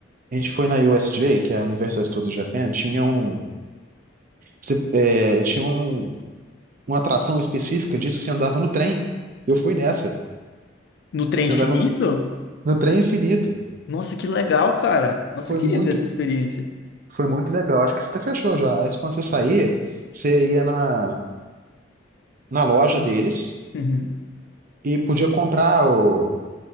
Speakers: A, on the right; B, on the left.
A: a gente foi na USJ, que é a Universal Studios Japan, tinha um, se- é, tinha um, uma atração específica disso, que você andava no trem. Eu fui nessa,
B: No Trem
A: você
B: Infinito?
A: andava no, no trem infinito.
B: Nossa, que legal, cara. Nossa,
A: Foi
B: eu queria
A: muito,
B: ter essa experiência.
A: foi muito legal. Acho que até fechou já. Aí quando você saía, você ia na, na loja deles
B: Uhum.
A: e podia comprar o,